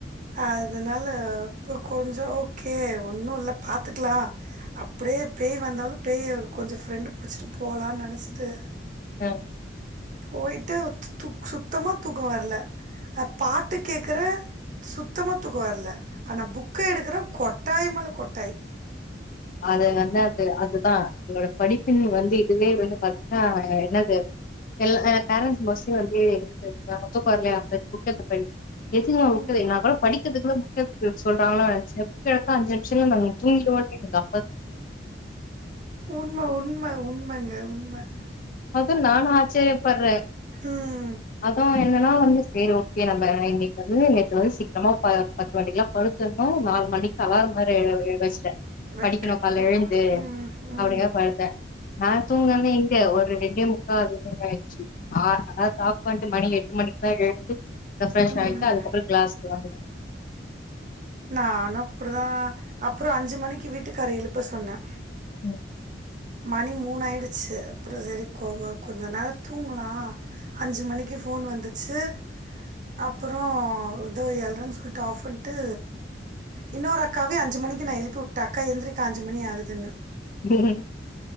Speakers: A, on the right (about 45°); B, on the left (about 50°).
A: அதனால இப்போ கொஞ்சோ ஓகே ஒன்னு இல்ல பாத்துக்கலா அப்டியே பேய் வந்தாலு பேய கொஞ்சோ ஃப்ரெண்டு் புடுச்சிட்டு போலானு நெனச்சிட்டு
B: ஆ
A: போயிட்டு துக்கு சுத்தமா தூக்கோ வர்ல பாட்டு கேக்கற சுத்தமா தூக்கோ வர்ல ஆனா புக்க எடுக்கற கொட்டாய் மேல கொட்டாய்
B: அது வந்து அது அதுதா உங்களோட படிப்பின் வந்து இதுவே வந்து பாத்தீங்கனா என்னது எல்லா எ பேரண்ட்ஸ் மோஸ்ட்லி வந்து <inaudible> சோ தூக்கோ வர்லயா போய் புக்கெடுத்து படி பண்ணி எதுங்க
A: ம்,
B: உட்டது நா கூட படிக்கிறதுக்குள்ள புக் எடுக்க சொல்றங்ளோ நெனச்சே புக் எடுத்தா அஞ்சு நிமிஷல்ல நாங் அங்க தூங்கிடுவோ ஓகேங்க்கா
A: உண்ம உண்ம உண்மங்க உம்ம
B: அது நானு ஆச்சர்யப்படறே
A: ம்
B: அதவு என்னனா வந்துச் சேரி ஓகே நம்ம இன்னைக்கு வந்து நேத்து வந்து சிக்கி தினமு பத்து மணிக்கெல்லா படுத்திரனு நாலு மணிக்கு அலாரம் வேற வெச்சிட்டே
A: வைக்கணு
B: படிக்கணு கால்ல எழுந்து
A: ம் ம்
B: அப்டிங்க படுத்தே நா தூங்கந்தே எங்க ஒரு ரெண்டே முக்கா அதுமே ஆய்ச்சு ஆ அதனா சாப்ட்டு வந்ட்டு மணி எட்டு மணிக்கெல்லா எழுப்பி ரெஃப்ரெஷ்
A: ம்
B: ஆய்ட்டு அதுக்கப்றோ கிளாஸ்க்கு வந்துதா
A: நானு அப்டிதா அப்றோ அஞ்சு மணிக்கு வீட்டுக்கார எழுப்ப சொன்ன
B: ம்
A: மணி மூணு ஆயிடுச்சு அப்றோ சரி கோவோ கொஞ்ச நேரோ தூங்கலா அஞ்சு மணிக்கு ஃபோன் வந்துச்சு அப்றோ இதோ எல்றனு சொல்ட்டு ஆஃப் பண்ட்டு இன்னொரு அக்காவே அஞ்சு மணிக்கு நா எழுப்பி விட்ட அக்கா எந்திரிக்கா அஞ்சு மணி ஆகுதுன்னு
B: உஹ்ம்